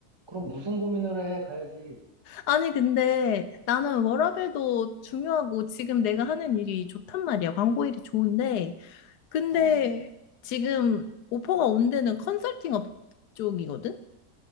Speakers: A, on the right; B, on the left.
A: 그럼 무슨 고민을 해? 가야지.
B: 아니, 근데 나는 워라밸도 중요하고 지금 내가 하는 일이 좋단 말이야. 광고 일이 좋은데. 근데
A: 어,
B: 지금 오퍼가 온 데는 컨설팅 업 쪽이거든?